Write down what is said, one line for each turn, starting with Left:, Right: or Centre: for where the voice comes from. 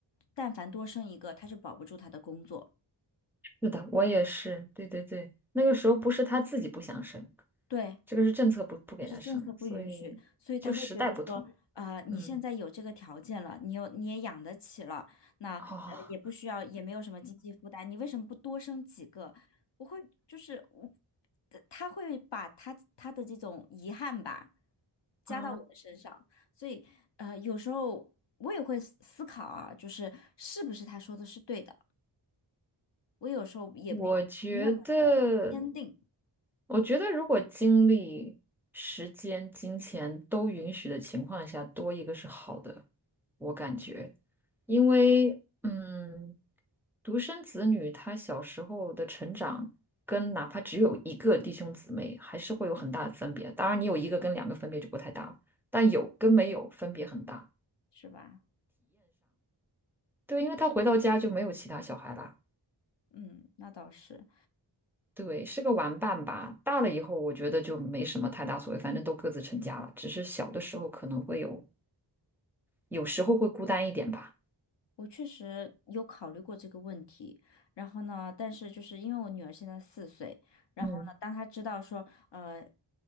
Left: 但凡多生一个，她就保不住她的工作。
Centre: 是的，我也是，对对对，那个时候不是他自己不想生，
Left: 对，
Centre: 这个是政策不不给他生，
Left: 就是政策不允许，
Centre: 所以就时代不同，
Left: 所以他会觉得说，呃，你现在有这个条件了，
Centre: 嗯，
Left: 你有你也养得起了，那呃也不需要，
Centre: 好
Left: 也没有什么经济负担，你为什么不多生几个？我会就是我，呃他会把他他的这种遗憾吧，加到我的身上，
Centre: 啊，
Left: 所以呃有时候我也会思思考啊，就是是不是他说的是对的，我有时候也没有那么的坚定，
Centre: 我觉得，我觉得如果精力、时间、金钱都允许的情况下，多一个是好的，我感觉，因为嗯，独生子女他小时候的成长，跟哪怕只有一个弟兄姊妹，还是会有很大的分别。当然，你有一个跟两个分别就不太大了，但有跟没有分别很大。
Left: 是吧？
Centre: 对，因为他回到家就没有其他小孩啦。
Left: 嗯，那倒是。
Centre: 对，是个玩伴吧。大了以后，我觉得就没什么太大所谓，反正都各自成家了。只是小的时候可能会有，有时候会孤单一点吧。
Left: 我确实有考虑过这个问题，然后呢，但是就是因为我女儿现在四岁，然后呢，
Centre: 嗯
Left: 当她知道说，呃，